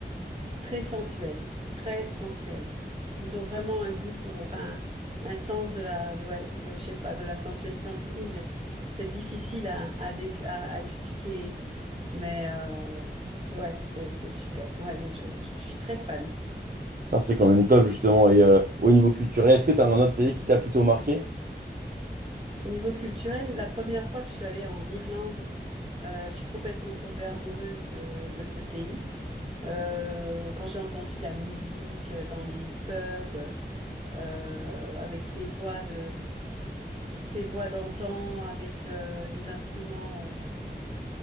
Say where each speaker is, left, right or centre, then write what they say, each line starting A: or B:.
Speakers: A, on the right; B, on the right.
A: très sensuelle, très sensuelle. Ils ont vraiment un goût pour, enfin, un sens de la, de, ouais, de, je sais pas, de la sensualité en cuisine. Je- c'est difficile à, à, déc- à, à expliquer, mais euh, c'est, c'est- ouais, c'est c'est super. Ouais, moi, je je suis très fan.
B: Ah, C'est quand même top, justement. Et euh, au niveau culturel, est-ce que tu as un autre pays qui t'a plutôt marqué?
A: Au niveau culturel, la première fois que je suis allée en Irlande, euh, je suis complètement tombée amoureuse euh, de ce pays. Euh, quand j'ai entendu la musique euh, dans les pubs, euh, avec ces voix de, ces voix d'antan, avec euh, des instruments euh,